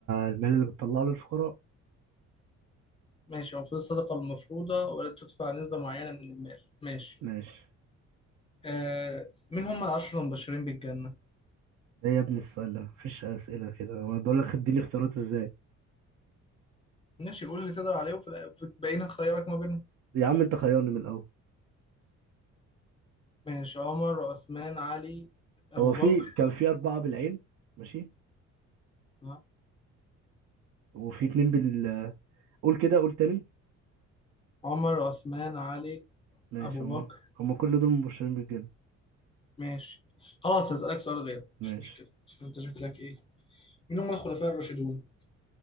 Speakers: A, on the right; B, on the left.
A: المال اللي بتطلعه للفقراء
B: ماشي أو في الصدقة المفروضة ولا تدفع نسبة معينة من المال ماشي
A: ماشي
B: آه مين هم العشرة المبشرين بالجنة
A: ده يا ابني السؤال ده مفيش أسئلة كده أنا بقول لك اديني اختيارات ازاي
B: ماشي قول اللي تقدر عليه وفي الآ- في بقينا خيارك ما بينهم
A: يا عم انت خيرني من الأول
B: ماشي عمر عثمان علي أبو
A: هو
B: بكر
A: في كان في أربعة بالعين ماشي
B: آه.
A: وفي اتنين بال قول كده قول تاني
B: عمر عثمان علي
A: ماشي
B: أبو
A: هما
B: بكر
A: هما كل دول مبشرين بالجنة
B: ماشي خلاص هسألك سؤال غير
A: ماشي
B: مش مشكلة أنت شكلك إيه مين هم الخلفاء الراشدون